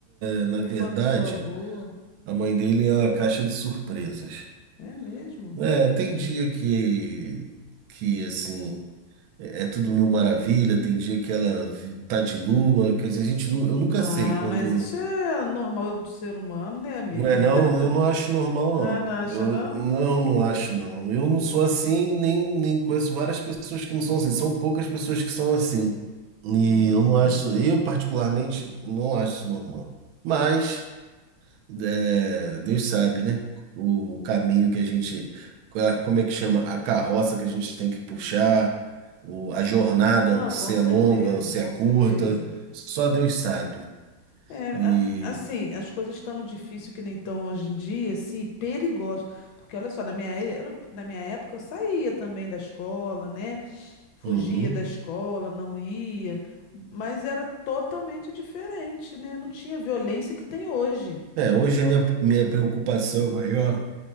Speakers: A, on the right; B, on the left.
A: é, na
B: sempre
A: verdade,
B: foi uma pessoa boa.
A: a mãe dele é uma caixa de surpresas.
B: É mesmo?
A: É, tem dia que, que assim, é é tudo mil maravilha, tem dia que ela vi- tá de lua, quer dizer, a gente, nu- eu nunca
B: Ah,
A: sei quando.
B: mas isso é normal do ser humano, né, amiga?
A: Não é
B: <laughs>
A: não? Eu não acho normal, não.
B: Ah, não acha,
A: Eu
B: não?
A: não, não acho, não. Eu não sou assim, nem, nem conheço várias pessoas que não são assim. São poucas pessoas que são assim. E
B: Hum.
A: eu não acho, eu particularmente não acho isso normal. Mas é, Deus sabe, né? O caminho que a gente, a- como é que chama? A carroça que a gente tem que puxar, o- a jornada,
B: Não,
A: se
B: com certeza,
A: é longa ou se
B: com
A: é curta,
B: certeza.
A: só Deus sabe.
B: É,
A: E
B: a- assim, as coisas estando difícil que nem estão hoje em dia, assim, perigoso. Porque olha só, na minha, é- na minha época eu saía também da escola, né? Fugia
A: uhum.
B: da escola, não ia, mas era totalmente diferente, né? Não tinha violência que tem hoje.
A: É, hoje a minha, minha preocupação maior